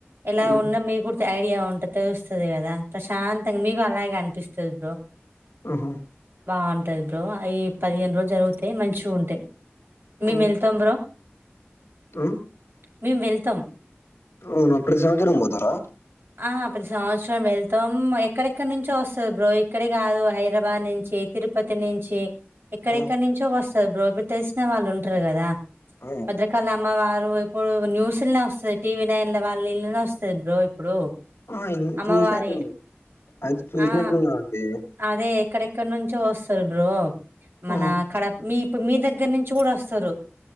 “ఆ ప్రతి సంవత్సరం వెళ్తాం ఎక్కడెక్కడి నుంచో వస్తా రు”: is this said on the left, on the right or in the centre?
Right